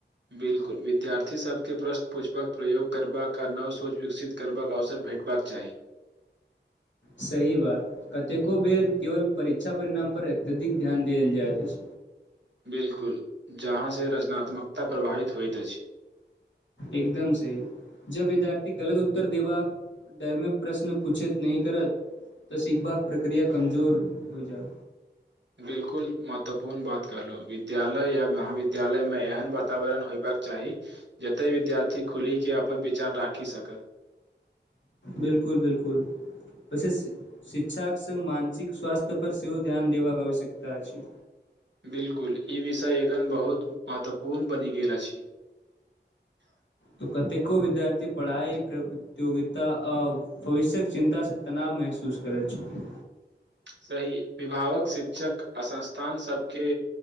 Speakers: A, on the right; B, on the left.
A: बिलकुल विद्यार्थी सभके प्रश्न पूछबाक प्रयोग करबाक आ नव सोच विकसित करबाक अवसर भेटबाक चाही
B: सही बात कतेको बेर केवल परीक्षा परिणाम पर अत्यधिक ध्यान देल जाइत अछि
A: बिल्कुल जहाँ से रचनात्मकता प्रभावित होइत अछि
B: एकदम सही जब विद्यार्थी गलत उत्तर देबाक डरमे प्रश्न पूछैत नहि करत तऽ सीखबाक प्रक्रिया कमजोर होइ जाइ
A: बिलकुल महत्वपूर्ण बात कहलौ विद्यालय या महाविद्यालयमे एहन वातावरण होयबाक चाही जते विद्यार्थी खुलिके अपन विचार राखि सकत
B: बिलकुल बिलकुल पस शिक्षाक सङघ मानसिक स्वस््थ्य पर सेहोव ध्यान देबाक आवश्यकता अछि
A: बिल्कुल ई विषय एखन बहुत महत्वपूर्ण बनि गेल अछि
B: तऽ कतेको विद्यार्थी पढ़ाइ प्रतियोगिता आ भविष्यक चिन्ता से तनाव महसूस करैत छथि
A: सही विभागक शिक्षक आ संस्थान सबके